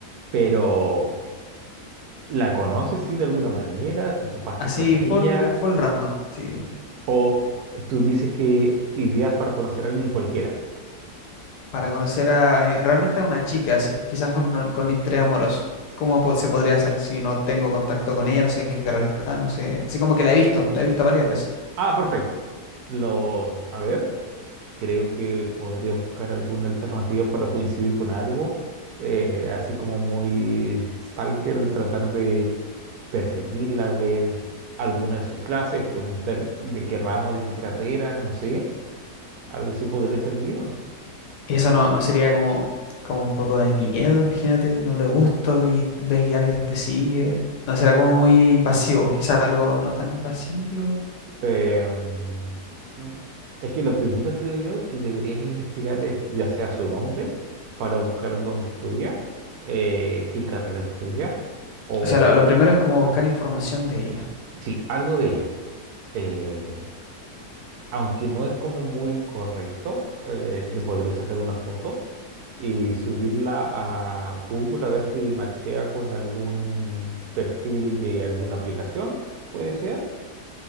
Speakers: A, on the right; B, on the left.
A: Pero, ¿la conoces, sí, de alguna manera? ¿Te topaste
B: Así,
A: con
B: full,
A: ella?
B: full random, sí,
A: ¿O tú dices que ideas para conocer a alguien cualquiera?
B: para conocer a, eh, realmente a una chica, así, quizás con, un con un interés amoroso. ¿Cómo po- se podría hacer si no tengo contacto con ella, no sé en qué carrera está, no sé, así como que la he visto, la he visto varias veces.
A: Ah, perfecto. Lo, a ver, creo que podrías buscar alguna alternativa para coincidir con algo, eh, así como muy stalker, tratar de perseguirla, ver alguna de sus clases, preguntar de qué ramo, de qué carrera, no sé, algo así podría servir, ¿o no?
B: Eso no, no sería como, como un poco de miedo, imagínate, no le gusta y ves que alguien te sigue. No será como muy invasivo, quizás algo no tan invasivo.
A: Eh, mm, mm, es que lo primero creo yo que deberías investigar es ya sea su nombre para buscar dónde estudia, eh, qué carrera estudia o
B: O sea, lo, lo primero es como buscar información de ella.
A: sí, algo de ella. Eh, aunque no es como muy correcto, eh, le podré sacar una foto y subirla a Google a ver si machea con algún perfil de alguna aplicación, puede ser